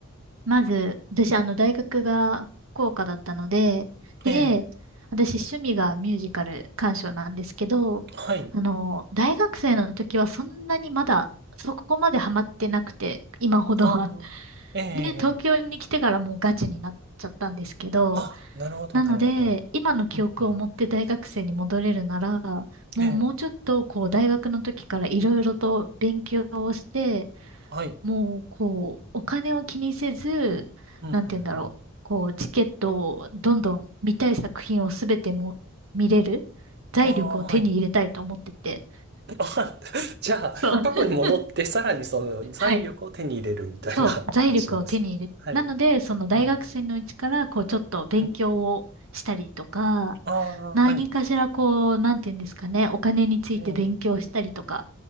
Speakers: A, on the right; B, on the right.
A: まず、私、あの、大学が福岡だったので、で、
B: ええ
A: 私、趣味がミュージカル鑑賞なんですけど、
B: はい。
A: あの、大学生の時はそんなにまだ、そこまでハマってなくて、今ほどは。
B: ああ、
A: <laughs>
B: ええええ
A: で、東京に来てからもうガチになっちゃったんですけど、
B: あ、なるほど、
A: なので、
B: なるほど。
A: 今の記憶を持って大学生に戻れるなら、
B: うんうん。
A: もうもうちょっと、
B: ええ
A: こう、大学の時からいろいろと勉強をして、
B: はい。
A: もう、こう、お金を気にせず、
B: うんうんうん。
A: なんて言うんだろう。こう、チケットをどんどん見たい作品をすべても見れる財力を手に入れたいと思ってて。
B: ああ、はい。<laughs> あじゃあ、
A: そう。
B: 過去に戻って、
A: <laughs>
B: さらにその財力を手に入れるみたいな感じなんです。
A: はい。<laughs> そう。財力を手に入れ、
B: はい。
A: なので、その大学生のうちから、
B: ええ
A: こう、ちょっと勉強をしたりとか、
B: はい。ああ、
A: 何かしら、
B: はい。
A: こう、なんて言うんですかね。お金について勉強したりとか、
B: ええうん